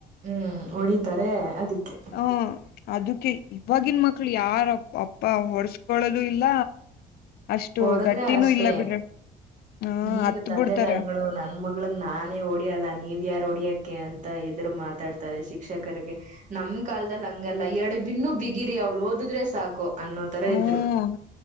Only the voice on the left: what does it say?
ಹ ಅದಕ್ಕೆ ಇವಾಗಿನ ಮಕ್ಳು ಯಾರಪ್ಪ ಅಪ್ಪ ಹೊಡಸ್ಕೊಳ್ಳದು ಇಲ್ಲ ಅಷ್ಟು
ಗಟ್ಟಿನೂ
ಇಲ್ಲ ಬಿಡ್ರಿ ಹ
ಹತ್
ಬಿಡ್ತಾರ
ಹ್ಮ